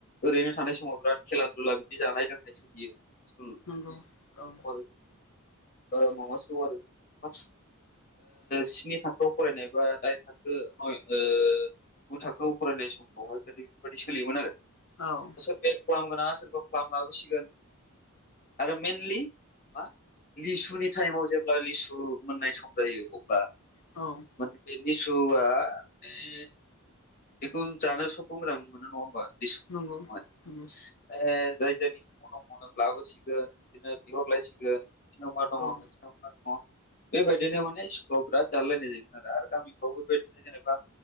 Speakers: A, on the left; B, on the left.
A: ओरैनो थानाय समाव बिराद खेला दुला बिदि जानाय लोंनाय सोलियो स्कुल
B: नंगौ औ
A: <unintelligible> ओ म'म' सुप आरि <unintelligible> ओ स्नि थाखोआव फरायनाय बा दाइन थाखो नय ओ गु थाखोआव फरायनाय समावहाय <unintelligible> ओरैबायदि सोलियोमोन आरो।
B: औ।
A: सोरबाया फ्लाम गोनाङा सोरबा फ्लाम लाबोसिगोन आरो मेनलि मा लिसुनि टाइमाव जेब्ला लिसु मोननाय सम जायो अब्ला
B: औ।
A: माने बे लिसुआ माने बेखौ जानो सबबो मोजां मोनो नङा होमबा <unintelligible>
B: नंगौ नंगौ
A: ऐ जाय जायनि <unintelligible> लाबोसिगोन बिदिनो बिहरलायसिगोन। <unintelligible> मा दङ' नोंसिनाव?
B: औ
A: <unintelligible> बेबायदिनो माने स्कुलाव बिराद जालायलायनाय जायोमोन आरो। आरो गामिखौफोरावबो बेबायदिनो जेनेबा